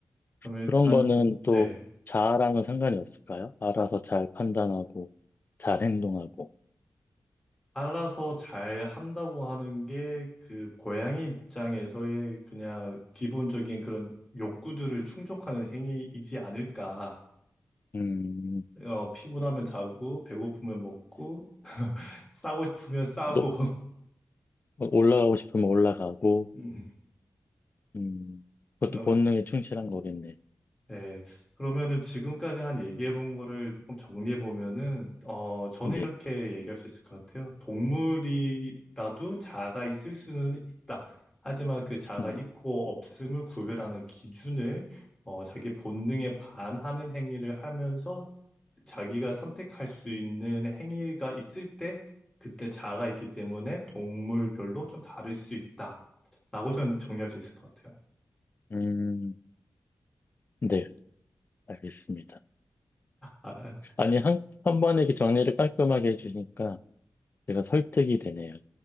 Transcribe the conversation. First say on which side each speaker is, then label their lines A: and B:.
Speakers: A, on the left; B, on the left.
A: 그럼 일단,
B: 그런 거는
A: 네.
B: 또 자아랑은 상관이 없을까요? 알아서 잘 판단하고, 잘 행동하고,
A: 알아서 잘 한다고 하는 게 그 고양이 입장에서의 그냥 기본적인 그런 욕구들을 충족하는 행위이지 않을까.
B: 음,
A: 어, 피곤하면 자고, 배고프면 먹고, 싸고 싶으면 싸고.
B: 높- 올라가고 싶으면 올라가고,
A: <laughs> 음,
B: 음, 그것도
A: 그러면
B: 본능에 충실한 거겠네.
A: 네, 그러면은 지금까지 한 얘기해 본 거를 조금 정리해 보면은, 어, 저는
B: 네,
A: 이렇게 얘기할 수 있을 것 같아요. 동물이라도 자아가 있을 수는 있다. 하지만 그 자아가
B: 음,
A: 있고 없음을 구별하는 기준을, 어, 자기 본능에 반하는 행위를 하면서 자기가 선택할 수 있는 행위가 있을 때, 그때 자아가 있기 때문에 동물별로 좀 다를 수 있다. 라고 저는 정리할 수 있을 것 같아요.
B: 음, 네, 알겠습니다.
A: 아,
B: 아니, 한, 한 번에 이렇게 정리를 깔끔하게 해주니까 제가 설득이 되네요.